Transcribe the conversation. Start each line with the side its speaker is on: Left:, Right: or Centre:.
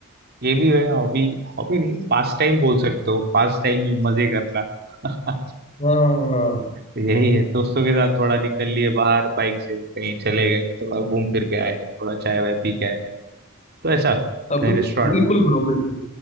Right: ये भी है हॉबी हॉबी नहीं पास टाइम बोल सकते हो पास टाइम में मजे करना <laughs>
Left: हाँ हाँ
Right: यही है दोस्तों के साथ थोड़ा निकल लिए बाहर बाइक से कहीं चले गए थोड़ा घूम फिर के आए थोड़ा चाय वाय पी के आए तो ऐसा
Left: अब
Right: कहीं रेस्टोरेंट
Left: बिल्कुल ब्रो बिल्कुल